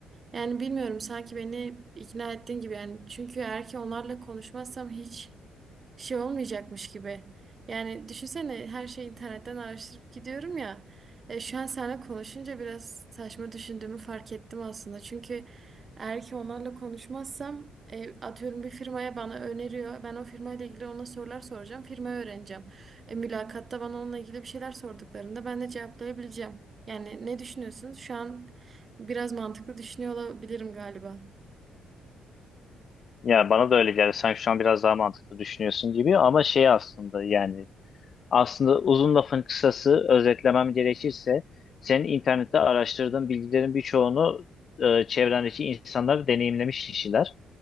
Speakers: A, on the right; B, on the left.
A: Yani bilmiyorum sanki beni ikna ettiğin gibi yani çünkü eğer ki onlarla konuşmazsam hiç şey olmayacakmış gibi. Yani düşünsene her şeyi internetten araştırıp gidiyorum ya. E, şu an seninle konuşunca biraz saçma düşündüğümü fark ettim aslında. Çünkü eğer ki onlarla konuşmazsam e, atıyorum bir firmaya bana öneriyor. Ben o firmayla ilgili ona sorular soracağım. Firmayı öğreneceğim. E, mülakatta bana onunla ilgili bir şeyler sorduklarında ben de cevaplayabileceğim. Yani ne düşünüyorsunuz? Şu an biraz mantıklı düşünüyor olabilirim galiba.
B: Ya bana da öyle geldi. Sen şu an biraz daha mantıklı düşünüyorsun gibi ama şey aslında yani aslında uzun lafın kısası özetlemem gerekirse senin internette araştırdığın bilgilerin birçoğunu e, çevrendeki insanlar deneyimlemiş kişiler.